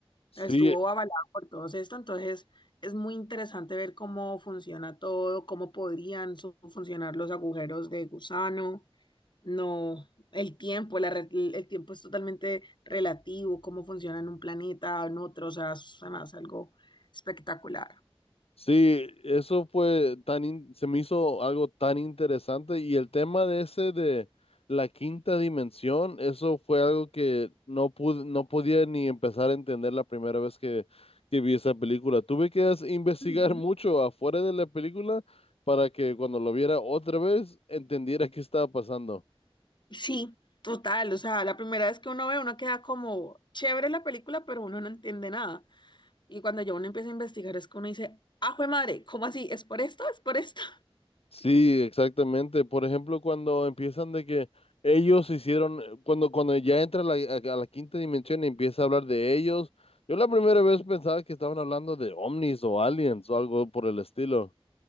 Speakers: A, on the left (about 75°); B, on the left (about 50°).
A: sí,
B: estuvo avalada por todos esto, entonces es muy interesante ver cómo funciona todo, cómo podrían su- funcionar los agujeros de gusano. No, el tiempo, la re- el tiempo es totalmente relativo, cómo funciona en un planeta, en otro, o sea, es además algo espectacular.
A: Sí, eso fue tan, in- se me hizo algo tan interesante y el tema de ese de la quinta dimensión, eso fue algo que no pude, no podía ni empezar a entender la primera vez que, que vi esa película. Tuve que as- investigar
B: Ujú.
A: <laughs> mucho afuera de la película para que cuando lo viera otra vez entendiera qué estaba pasando.
B: Sí, total, o sea, la primera vez que uno ve, uno queda como chévere la película, pero uno no entiende nada. Y cuando ya uno empieza a investigar, es que uno dice, ¡ah, jue madre! ¿Cómo así? ¿Es por esto? ¿Es por esto?
A: Sí, exactamente. Por ejemplo, cuando empiezan de que ellos hicieron, cuando, cuando ya entra la- a, a la quinta dimensión y empieza a hablar de ellos, yo la primera vez pensaba que estaban hablando de ovnis o aliens o algo por el estilo.